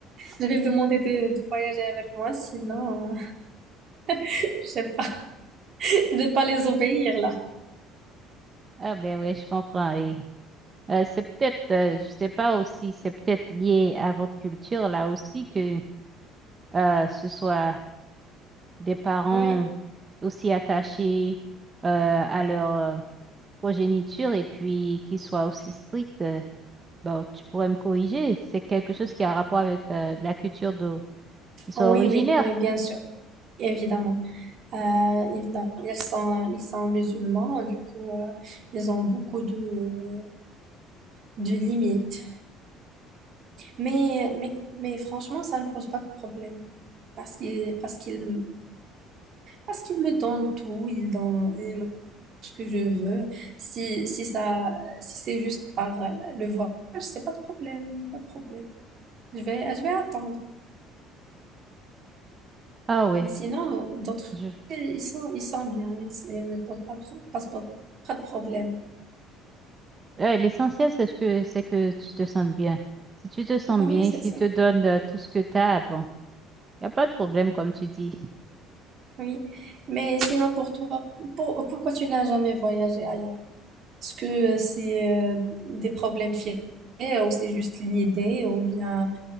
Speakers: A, on the right; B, on the right.
A: je vais lui demander de, de voyager avec moi, sinon, euh, <laughs> je sais pas, <laughs> je vais pas les obéir là.
B: Ah, ben ouais, je comprends. Et euh, c'est peut-être, euh, je sais pas aussi, c'est peut-être lié à votre culture là aussi que euh, ce soit. des parents
A: Oui,
B: aussi attachés euh, à leur euh, progéniture et puis qui soient aussi stricts, euh, bon, tu pourrais me corriger. C'est quelque chose qui a rapport avec euh, la culture d'où ils sont
A: oui,
B: originaires.
A: oui, oui, bien sûr, évidemment. Euh, ils, ils sont, ils sont musulmans, du coup, euh, ils ont beaucoup de, de limites. Mais, mais, mais franchement, ça ne pose pas de problème parce qu'ils parce qu'ils parce qu'ils me donnent tout, ils donnent, ils me donnent ce que je veux. Si, si ça, si c'est juste par euh, le voyage, c'est pas de problème, y a pas de problème. Je vais, je vais attendre.
B: Ah ouais.
A: Et sinon, euh, d'autres,
B: Je-
A: ils sont, ils sont bien, ils, ils ne posent pas, de pro- pas, pas de problème.
B: Ouais, l'essentiel, c'est ce que c'est que tu te sentes bien. Si tu te sens
A: oui,
B: bien,
A: c'est
B: s'ils
A: ça.
B: te donnent euh, tout ce que tu as, bon, il n'y a pas de problème, comme tu dis.
A: Oui, mais sinon pour toi, pour- pourquoi tu n'as jamais voyagé ailleurs? Est-ce que euh, c'est euh, des problèmes financiers ou c'est juste l'idée ou bien,